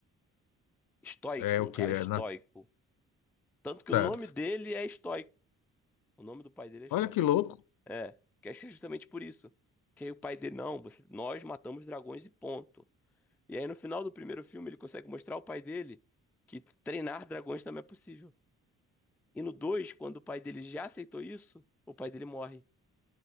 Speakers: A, in the centre; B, on the left.
A: estoico,
B: é, é o
A: um
B: que
A: cara
B: é,
A: estoico.
B: na-
A: Tanto
B: certo.
A: que o nome dele é estoico, o nome do pai dele é estoico.
B: Olha que louco.
A: É, que acho que é justamente por isso. Que aí o pai dele, não, você- nós matamos dragões e ponto. E aí no final do primeiro filme ele consegue mostrar ao pai dele que treinar dragões também é possível. E no 2 quando o pai dele já aceitou isso, o pai dele morre.